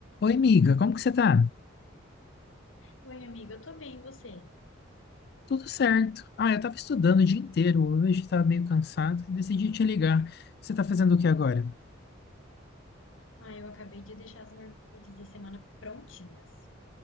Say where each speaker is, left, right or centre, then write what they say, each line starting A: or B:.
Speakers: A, on the left (about 50°); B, on the left (about 75°).
A: Oi, amiga, como que você tá?
B: Oi, amiga, eu tô bem, e você?
A: Tudo certo. Ah, eu tava estudando o dia inteiro hoje, tava meio cansado e decidi te ligar. Você tá fazendo o que agora?
B: Ah, eu acabei de deixar as marmitas da semana prontinhas.